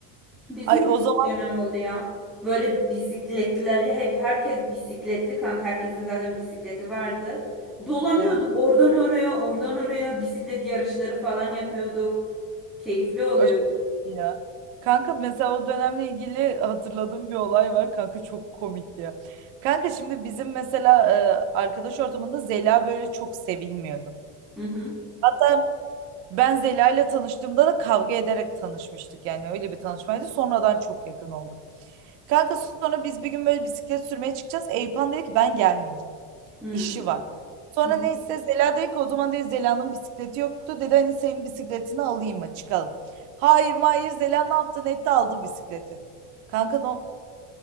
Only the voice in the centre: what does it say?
Bizim
de
bir dönem oldu ya. Böyle bisikletleri hep herkes bisikletli kanka. Herkesin zaten bisikleti vardı. Dolanıyorduk
oradan oraya, oradan oraya bisiklet yarışları falan yapıyorduk. Keyifli oluyordu.
Hı hı.
Hı
hı. hı.